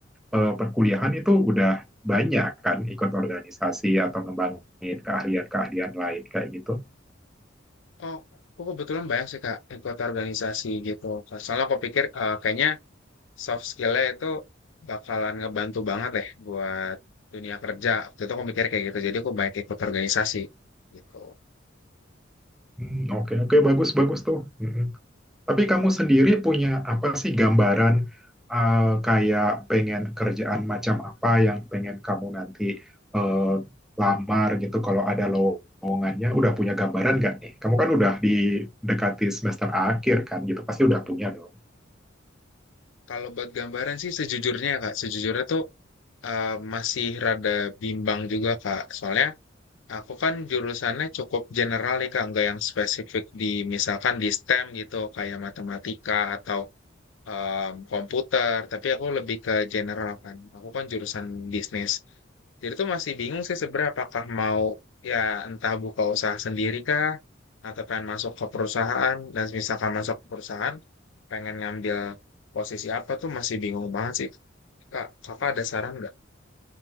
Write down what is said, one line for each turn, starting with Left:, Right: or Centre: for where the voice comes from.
Centre: eh, perkuliahan itu udah banyak kan ikut organisasi atau ngembangin keahlian-keahlian lain kayak gitu
Left: Oh, aku kebetulan banyak sih Kak ikut organisasi gitu. Nah, Soalnya aku pikir eh, kayaknya soft skill-nya itu bakalan ngebantu banget deh buat dunia kerja. Waktu itu aku mikir kayak gitu, jadi aku banyak ikut organisasi gitu.
Centre: Hmm, oke oke bagus bagus tuh Mm-mm. Tapi kamu sendiri punya apa sih gambaran eh, kayak pengen kerjaan macam apa yang pengen kamu nanti eh, lamar gitu kalau ada lowongannya udah punya gambaran nggak nih? Kamu kan udah didekati semester akhir kan gitu pasti udah
Left: Hmm.
Centre: punya dong.
Left: Kalau buat gambaran sih sejujurnya ya Kak, sejujurnya tuh eh, masih rada bimbang juga Kak. Soalnya aku kan jurusannya cukup general nih Kak, nggak yang spesifik di misalkan di STEM gitu, kayak matematika atau em, komputer, tapi aku lebih ke general kan. Aku kan jurusan bisnis. Jadi tuh masih bingung sih sebenarnya apakah mau ya entah buka usaha sendiri kah atau pengen masuk ke perusahaan dan misalkan masuk ke perusahaan pengen ngambil posisi apa tuh masih bingung banget sih. Kak, kakak ada saran nggak?